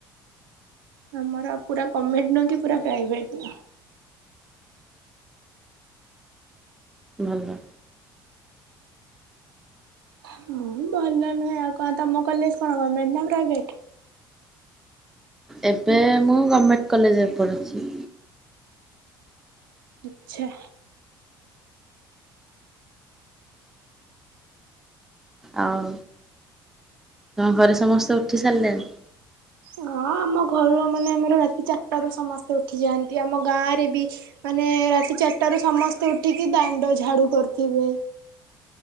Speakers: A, on the right; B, in the centre.
A: ଆମର ପୁରା ଗମେଣ୍ଟ୍ ନୁହଁ କି ପୁରା ପ୍ରାଇଭେଟ୍ ନୁହଁ।
B: ଭଲ।
A: ହଁ ଭଲ ନୁହେଁ ଆଉ କଣ ତମ କଲେଜ କଣ ଗମେଣ୍ଟ୍ ନା ପ୍ରାଇଭେଟ୍?
B: ଏବେ ମୁଁ ଗମେଣ୍ଟ କଲେଜରେ ପଢ଼ୁଛି।
A: ଆଚ୍ଛା
B: ଆଉ ତମ ଘରେ ସମସ୍ତେ ଉଠି ସାରିଲେଣି?
A: ହଁ ଆମ ଘର ମାନେ ଆମର ରାତି ଚାରଟାରୁ ସମସ୍ତେ ଉଠି ଯାଆନ୍ତି ଆମ ଗାଁଆରେ ବି, ମାନେ ରାତି ଚାରିଟା ରୁ ସମସ୍ତେ ଉଠିକି ଦାଣ୍ଡ ଝାଡୁ କରିୁଥିବେ।